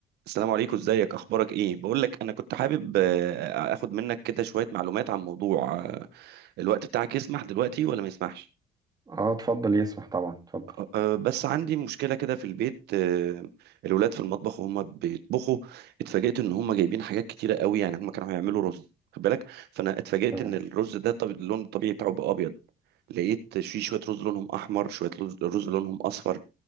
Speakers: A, on the right; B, on the right.
A: السلام عليكم ازيك اخبارك ايه بقول لك انا كنت حابب آه، اخد منك كده شوية معلومات عن موضوع آه، الوقت بتاعك يسمح دلوقتي ولا ما يسمحش
B: اه اتفضل يسمح طبعا اتفضل
A: آه، آه، بس عندي مشكلة كده في البيت آه، الولاد في المطبخ وهم بيطبخوا اتفاجئت ان هم جايبين حاجات كتيرة قوي يعني هم كانوا هيعملوا رز خد بالك فانا اتفاجئت
B: تمام
A: ان الرز ده طب اللون الطبيعي بتاعه بقى ابيض لقيت في شوية رز لونهم احمر شوية لز- رز لونهم اصفر